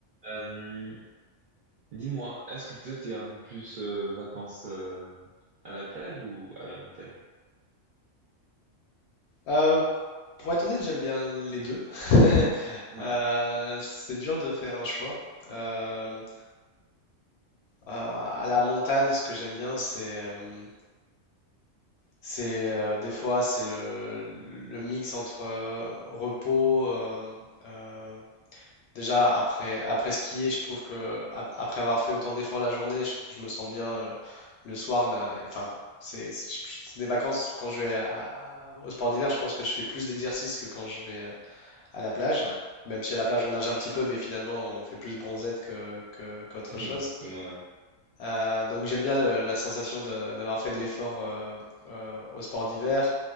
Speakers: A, on the right; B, on the left.
A: Euh, dis-moi, est-ce que toi t'es un peu plus euh, vacances euh, à la plage ou à la montagne?
B: Euh, pour être honnête, j'aime bien les deux. <laughs>
A: Ouais,
B: Euh, c'est dur de faire un choix. Euh, à à la montagne, ce que j'aime bien, c'est euh, c'est euh, des fois c'est le, le mix entre euh, repos. euh, euh, déjà après après skier, je trouve que ap- après avoir fait autant d'efforts la journée, je, je me sens bien euh, le, soir. d'un- Enfin, c'est c'est- c'est des vacances. Quand je vais à- à- au sport d'hiver, je pense que je fais plus d'exercices que quand je vais euh, à la plage.
A: ouais,
B: Même si à la plage on nage un petit peu, mais finalement on fait plus bronzette que, que-
A: <laughs>
B: qu'autre
A: ouais,
B: chose.
A: exactement, ouais.
B: Euh, donc j'aime bien le- la sensation de- d'avoir fait de l'effort euh, euh, au sport d'hiver.